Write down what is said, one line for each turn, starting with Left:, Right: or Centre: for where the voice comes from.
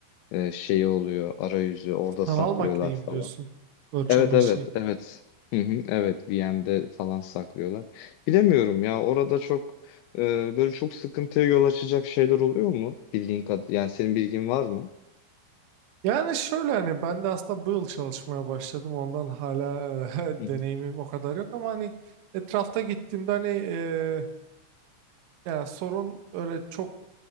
Left: e, şeyi oluyor arayüzü orada
Right: Sanal
Left: saklıyorlar
Right: makineyi
Left: falan.
Right: mi diyorsun? Virtual
Left: Evet
Right: machine.
Left: evet evet. Hı hı, evet VM'de falan saklıyorlar. Bilemiyorum ya orada çok e, böyle çok sıkıntıya yol açacak şeyler oluyor mu? Bildiğin kad yani senin bilgin var mı?
Right: Yani şöyle hani ben de aslında bu yıl çalışmaya başladım. Ondan hala eh, <laughs>
Left: Hı
Right: deneyimim o kadar yok ama hani etrafta gittiğimde hani eh, yani sorun öyle çok